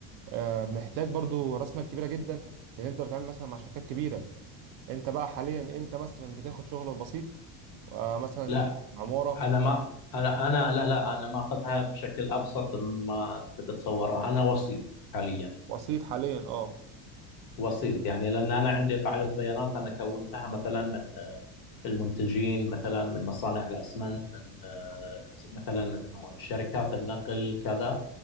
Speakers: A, on the right (about 65°); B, on the left (about 50°).
A: آه محتاج برضو راس مال كبيرة جدا لان انت بتتعامل مثلا مع شركات كبيرة انت بقى حاليا انت مثلا بتاخد شغل بسيط آه مثلا
B: لا
A: عمارة
B: انا ما انا انا لا لا انا ماخذها بشكل ابسط مما انت تتصوره انا وسيط حاليا
A: بسيط حاليا اه
B: وسيط يعني لان انا عندي قاعده بيانات انا كونتها مثلا من آه، المنتجين مثلا من مصانع الاسمنت من آه، مثلا شركات النقل كذا